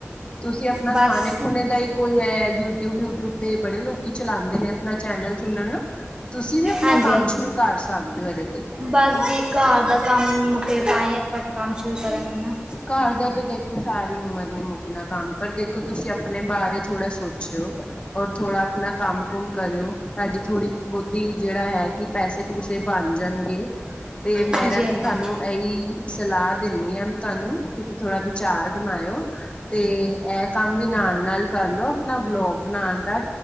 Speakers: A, on the left; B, on the right.
A: ਤੁਸੀਂ ਆਪਣਾ
B: ਬਸ
A: ਖਾਣੇ ਖੂਣੇ ਦਾ ਹੀ ਕੋਈ ਹੈ ਯੂਟਿਊਬ-ਯੂਟਿਊਬ ਤੇ ਬੜੇ ਲੋਕ ਚਲਾਉਂਦੇ ਨੇ ਆਪਣਾ ਚੈਨਲ ਚੂਣਲ ਨਾ ਤੁਸੀਂ ਵੀ ਆਪਣਾ
B: ਹਾਂਜੀ
A: ਕੰਮ
B: ਹਾਂਜੀ
A: ਸ਼ੁਰੂ ਕਰ ਸਕਦੇ ਹੋ ਇਹਦੇ ਤੇ
B: ਬਸ ਜੀ ਘਰ ਦਾ ਕੰਮ ਮੁੱਕੇ ਪਾਏ ਪ ਕੰਮ ਸ਼ੁਰੂ ਕਰ ਦੇ ਨਾਲ
A: ਘਰ ਦਾ ਤਾਂ ਦੇਖੋ ਸਾਰੀ ਉਮਰ ਨ ਮੁੱਕਣਾ ਕੰਮ ਪਰ ਦੇਖੋ ਤੁਸੀਂ ਆਪਣੇ ਬਾਰੇ ਥੋੜਾ ਸੋਚਿ ਹੋ ਔਰ ਥੋੜਾ ਆਪਣਾ ਕੰਮ ਕੁਮ ਕਰਿਓ ਤੁਹਾਡੀ ਥੋੜ੍ਹੀ ਬਹੁਤੀ ਜਿਹੜਾ ਹੈ ਕਿ ਪੈਸੇ ਪੂਸੇ ਬਣ ਜਾਣ ਤੇ ਮੈਂ
B: ਹਾਂਜੀ
A: ਨਾ ਤੇ
B: ਹਾਂਜੀ
A: ਤੁਹਾਨੂੰ ਇਹੀ ਸਲਾਹ ਦਿੰਨੀ ਹਾਂ ਤੁਹਾਨੂੰ ਤੁਸੀਂ ਥੋੜਾ ਵਿਚਾਰ ਬਣਾਇਓ ਤੇ ਇਹ ਕੰਮ ਵੀ ਨਾਲ-ਨਾਲ ਕਰਲੋ ਆਪਣਾ ਵਲੋਗ ਬਣਾਉਣ ਦਾ